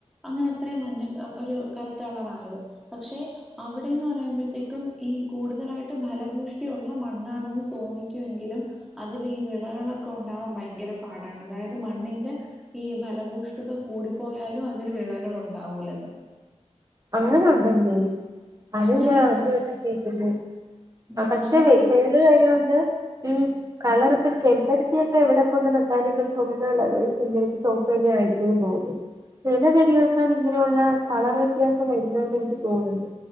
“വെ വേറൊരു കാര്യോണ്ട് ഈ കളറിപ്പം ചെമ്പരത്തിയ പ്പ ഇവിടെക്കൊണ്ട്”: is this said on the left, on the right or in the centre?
Right